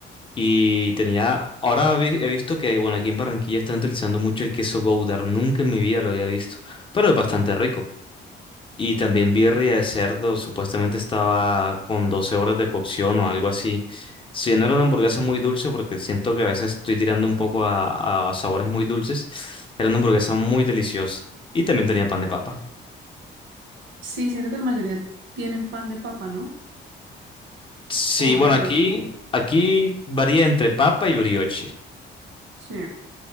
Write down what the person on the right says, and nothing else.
Sí, siento que la mayoría tienen pan de papa, ¿no?
O brioche.
Sí.